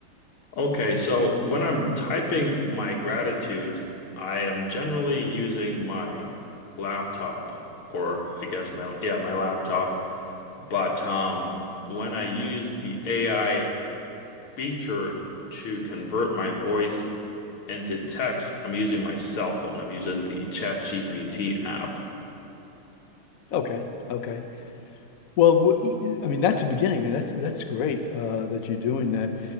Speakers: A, on the left; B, on the left.
A: Okay, so when I'm typing my gratitudes, I am generally using my laptop or I guess my yeah, my laptop. But um when I use the AI feature to convert my voice into text, I'm using my cell phone. I'm using the ChatGPT app.
B: Okay, okay. Well, w- I mean, that's the beginning, and that's that's great uh, that you're doing that.